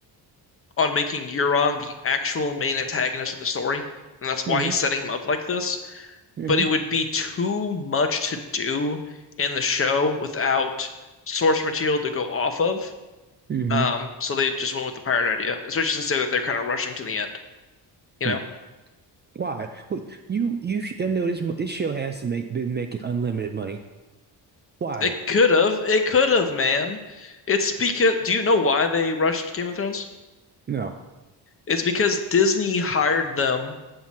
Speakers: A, on the left; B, on the right.
A: on making Euron the actual main antagonist of the story, and that's why
B: Mm-hmm.
A: he's setting him up like this.
B: Mm-hmm.
A: But it would be too much to do in the show without source material to go off of.
B: Mm-hmm.
A: Um, so they just went with the pirate idea, especially since they're, they're kind of rushing to the end. You
B: mm
A: know,
B: Why? Wait, you you sh- I know this mo- this show has to make been making unlimited money. Why?
A: it could have, it could have, man. It's because, do you know why they rushed Game of Thrones?
B: No.
A: It's because Disney hired them,